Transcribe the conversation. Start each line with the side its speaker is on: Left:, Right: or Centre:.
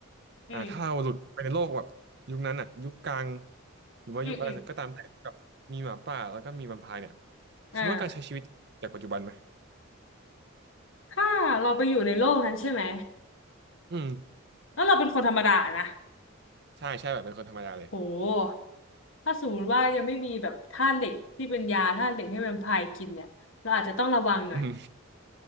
Left: อืม
Right: อ่าถ้าเราหลุดไปในโลกแบบยุคนั้นอ่ะยุคกลางหรือว่ายุคอะไรก็ตามแต่กับมีหมาป่าแล้วก็มีแวมไพร์เนี่ย
Left: อืมอืมอ่า
Right: คิดว่าการใช้ชีวิตจากปัจจุบันไหม
Left: ถ้าเราไปอยู่ในโลกนั้นใช่ไหม
Right: อืม
Left: แล้วเราเป็นคนธรรมดานะ
Right: ใช่ใช่แบบเป็นคนธรรมดาเลย
Left: โหถ้าสมมติว่ายังไม่มีแบบธาตุเหล็กที่เป็นยาธาตุเหล็กให้แวมไพร์กินเนี่ยเราอาจจะต้องระวังหน่อย
Right: อืม